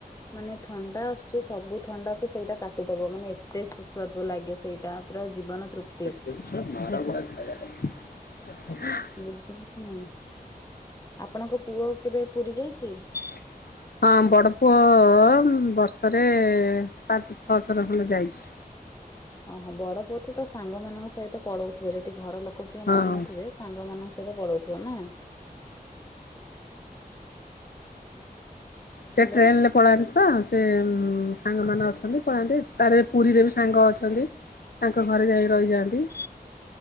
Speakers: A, on the left (about 20°); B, on the left (about 75°).
A: ମାନେ ଥଣ୍ଡା ଆସୁଛି ସବୁ ଥଣ୍ଡା କୁ ସେଇଟା କାଟିଦବ ମାନେ ଏ ଏତେ ସୁସ୍ୱାଦୁ ଲାଗେ ସେଇଟା ପୁରା ଜୀବନ ତୃପ୍ତି।
B: ଖ <unintelligible> <unintelligible>
A: ବୁଝିଲେ କି ନାଇଁ ଆପଣଙ୍କ ପୁଅ କେବେ ପୁରୀ ଯାଇଛି?
B: <inaudible> ହଁ ବଡ ପୁଅ ବର୍ଷରେ ପାଞ୍ଚ ଛଅଥର ଖଣ୍ଡେ ଯାଇଛି।
A: ଓହୋ ବଡ ପୁଅ ତ ତା ସାଙ୍ଗ ମାନଙ୍କ ସହିତ ପଳଉଥିବ ଯଦି ଘର ଲୋକ କିଏ
B: ହଁ।
A: ନଉନଥିବେ ସାଙ୍ଗମାନଙ୍କ ସହିତ ପଳଉଥିବ ନା।
B: ସେ
A: ହ୍ୟାଲୋ
B: ଟ୍ରେନରେ ପଳାନ୍ତି ତ ସେ ସାଙ୍ଗମାନେ ଅଛନ୍ତି ପଳାନ୍ତି ତାର ପୁରୀରେ ବି ସାଙ୍ଗ ଅଛନ୍ତି। ତାଙ୍କ ଘରେ ଯାଇକି ରହିଯାଆନ୍ତି।